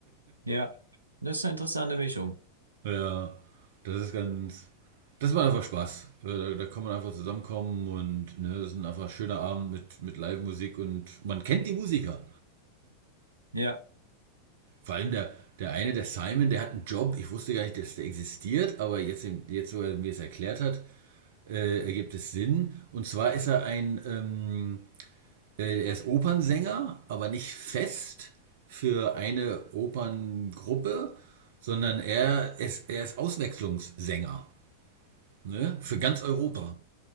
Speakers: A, on the right; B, on the right.
A: ja. Das ist eine interessante Mischung.
B: Ja, das ist ganz. Das macht einfach Spaß. Ja, Da, da kann man einfach zusammenkommen und ne, das ist ein einfach schöner Abend mit, mit Live-Musik und man kennt die Musiker.
A: Ja.
B: Vor allem der, der eine, der Simon, der hat einen Job. Ich wusste gar nicht, dass der existiert, aber jetzt, jetzt wo er mir es erklärt hat, äh, ergibt es Sinn. Und zwar ist er ein, ähm, Äh, er ist Opernsänger, aber nicht fest für eine Operngruppe, sondern er ist, er ist Auswechslungssänger ne? für
A: Mhm.
B: ganz Europa.
A: So,